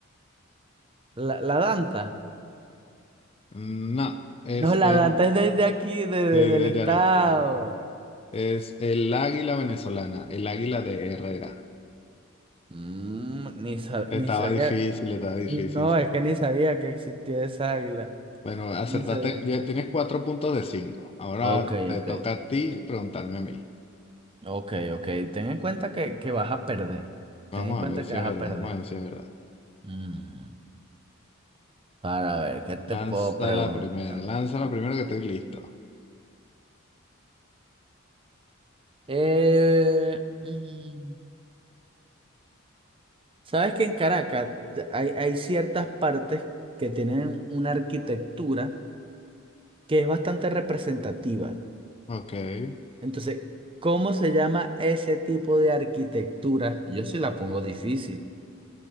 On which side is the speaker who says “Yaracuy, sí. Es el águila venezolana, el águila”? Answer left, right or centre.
Left